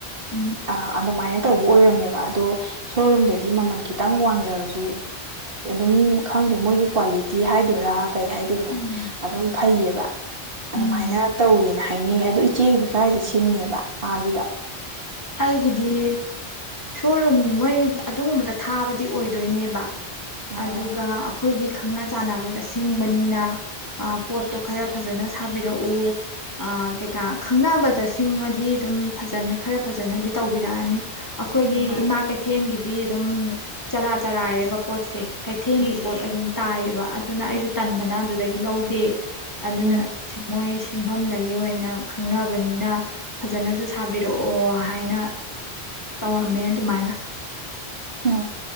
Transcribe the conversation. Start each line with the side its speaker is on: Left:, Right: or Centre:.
Left: ꯎꯝ
Right: ꯑ ꯑꯗꯨꯗꯣ ꯃꯥꯏ ꯇꯧꯕ ꯑꯣꯏꯔꯝꯃꯦꯕ ꯑꯗꯣ ꯁꯣꯔꯨꯝꯗꯗꯤ ꯃꯃꯜ ꯈꯤꯇꯪ ꯋꯥꯡꯖꯔꯁꯨ ꯑꯗꯨꯝ ꯈꯪꯗꯦ ꯃꯣꯏꯒꯤ ꯀ꯭ꯋꯥꯂꯤꯇꯤ ꯍꯥꯏꯗꯔꯥ ꯀꯩ ꯍꯥꯏꯗꯣꯏꯅꯣ
Left: ꯎꯝ
Right: ꯑꯗꯨꯝ ꯐꯩꯌꯦꯕ ꯑꯗꯨꯃꯥꯏꯅ
Left: ꯎꯝ
Right: ꯇꯧꯋꯦꯅ ꯍꯥꯏꯅꯩꯌꯦ ꯑꯗꯨ ꯏꯆꯦꯒꯤꯗꯤ ꯀꯥꯏꯗ ꯁꯤꯡꯉꯦꯕ ꯑꯥꯒꯤꯗꯣ
Left: ꯑꯩꯒꯤꯗꯤ ꯁꯣꯔꯨꯝ ꯃꯣꯏ ꯑꯗꯨꯒꯨꯝꯕꯗ ꯊꯥꯕꯗꯤ ꯑꯣꯏꯗꯣꯏꯅꯦꯕ
Right: ꯑꯣ
Left: ꯑꯗꯨꯒ ꯑꯩꯈꯣꯏꯒꯤ ꯈꯪꯅ ꯆꯥꯟꯅꯕꯗ ꯁꯤꯡꯕꯅꯤꯅ ꯄꯣꯠꯇꯣ ꯈꯔ ꯐꯖꯅ ꯁꯥꯕꯤꯔꯛꯎ ꯀꯩꯀꯥ ꯈꯪꯅꯕꯗ ꯁꯤꯡꯉꯗꯤ ꯑꯗꯨꯝ ꯐꯖꯅ ꯈꯔ ꯐꯖꯅꯗꯤ ꯇꯧꯕꯤꯔꯛꯑꯅꯤ ꯑꯩꯈꯣꯏꯒꯤ
Right: ꯎꯝ ꯃꯥꯅꯦ
Left: ꯏꯃꯥ ꯀꯩꯊꯦꯜꯒꯤꯗꯤ ꯗꯤ ꯑꯗꯨꯝ ꯆꯔꯥ ꯆꯔꯥ ꯍꯥꯏꯌꯦꯕ ꯄꯣꯠꯁꯦ ꯀꯩꯊꯦꯜꯒꯤ
Right: ꯎꯝ
Left: ꯄꯣꯠ ꯑꯗꯨꯝ ꯇꯥꯏꯌꯦ ꯑꯗꯨꯅ ꯑꯩꯁꯨ ꯇꯟꯗꯅ ꯑꯗꯨꯗꯒꯤ ꯂꯧꯗꯦ ꯑꯗꯨꯅ
Right: ꯎꯝ
Left: ꯃꯣꯏ ꯁꯤꯡꯐꯝꯗꯒꯤ ꯑꯣꯏꯅ ꯈꯪꯅꯕꯅꯤꯅ ꯐꯖꯅꯁꯨ ꯁꯥꯕꯤꯔꯛꯑꯣ ꯃꯍꯥꯏꯅ ꯇꯧꯔ ꯃꯠ ꯇꯨꯃꯥꯏꯅ
Right: ꯎꯝ